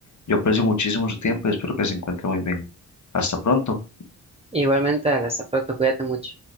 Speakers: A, on the left (about 45°); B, on the right (about 15°).
A: Yo aprecio muchísimo su tiempo y espero que se encuentre muy bien. Hasta pronto.
B: Igualmente, Ale, hasta pronto, cuídate mucho.